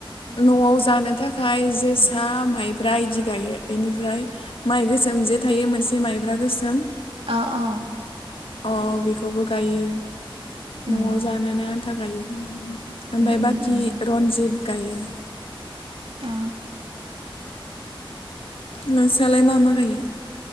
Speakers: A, on the left; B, on the right.
A: नआव जानो थाखाय जोसा माइब्रा इदि गायो बेनिफ्राय माइ गोसोम जे थायो मोनसे माइब्रा गोसोम
B: अ अ
A: औ बेखौबो गायो
B: उम
A: नआव जानोनो आन्था गायो। ओमफफ्राय
B: उम
A: बाखि
B: उम उम
A: रन्जित गायो।
B: आ
A: नोंस्रलाय मा मा गायो।